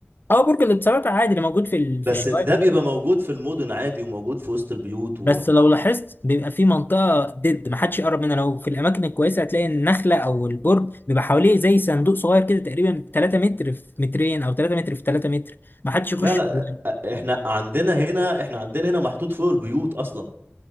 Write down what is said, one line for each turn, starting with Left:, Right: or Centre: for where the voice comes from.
Left: اه برج الاتصالات عادي اللي موجود في ال-
Right: بس
Left: في الشوارع
Right: ده بيبقى موجود في المدن عادي وموجود في وسط البيوت و...
Left: بس لو لاحظت بيبقى في منطقة ضد محدش يقرب منها لو في الأماكن الكويسة هتلاقي النخلة أو البرج بيبقى حواليه زي صندوق صغير كده تقريبا 3 متر في مترين أو 3 متر في 3 متر محدش يخش
Right: لا لا
Left: جواه.
Right: احنا عندنا هنا احنا عندنا هنا محطوط فوق البيوت اصلا